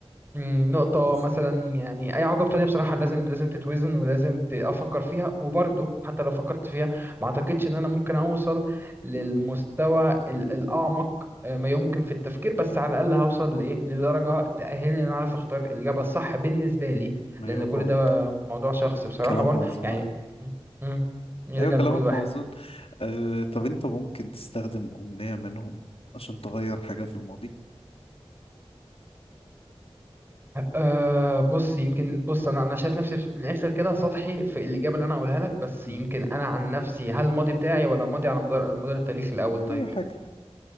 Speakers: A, on the right; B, on the left.
A: مم، نقطة
B: تحس
A: مثلا يعني أي عقبة تانية بصراحة لازم لازم تتوزن ولازم ت- أفكر فيها وبرضه حتى لو فكرت فيها ما أعتقدش إن أنا ممكن أوصل للمستوى ال- الأعمق آه، ما يمكن في التفكير بس على الأقل هوصل لإيه لدرجة تأهلني إن أنا أعرف أختار الإجابة الصح بالنسبة لي
B: أيوه
A: لأن كل
B: فاهمك
A: ده موضوع شخصي بصراحة
B: كلام
A: برضه
B: موزون
A: يعني
B: أيوه
A: مم، مم، يرجع
B: أيوه كلامك
A: لكل واحد
B: موزون أه طب أنت ممكن تستخدم أمنية منهم عشان تغير حاجة في الماضي؟
A: أه بص يمكن بص انا انا شايف نفسي في الاخر كده سطحي في الاجابه اللي انا هقولها لك بس
B: مم.
A: يمكن انا عن نفسي هل الماضي بتاعي ولا الماضي على مدار مدار التاريخ الاول طيب
B: أي حاجة